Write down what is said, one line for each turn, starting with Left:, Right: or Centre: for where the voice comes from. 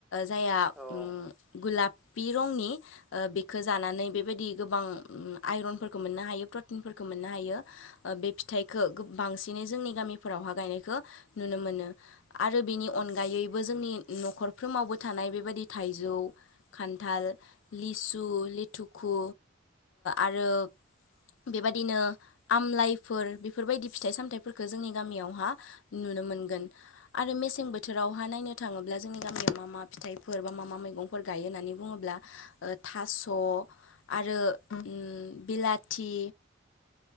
Left: जायहा
Centre: औ औ
Left: ओम
Centre: औ
Left: गुलाफि रंनि बेखौ जानानै बेबायदि गोबां आइनफोरखौ मोननो हायो प्रटिनफोरखौ मोननो हायो बे फिथाइखौ गोबांसिनै जोंनि गामिफोरावहा गायनायखौ नुनो मोनो। आरो बिनि
Centre: औ
Left: अनगायैबो जोंनि न'खरफ्रोमावबो थानाय बेबायदि थाइजौ खान्थाल, लिसु, लिथुखु आरो बेबायदिनो आमलाइफोर बेफोरबायदि फिथाइ सामथाइफोरखौ जोंनि गामियावहा नु नुनोमोनगोन आरो मेसें बोथोरावहा नायनो थाङो अब्ला जोंनि गामियाव मा मा फिथाइफोर बा मा मा मैगंफोर गायो होननानै बुङोब्ला थास' आरो ओ बिलाथि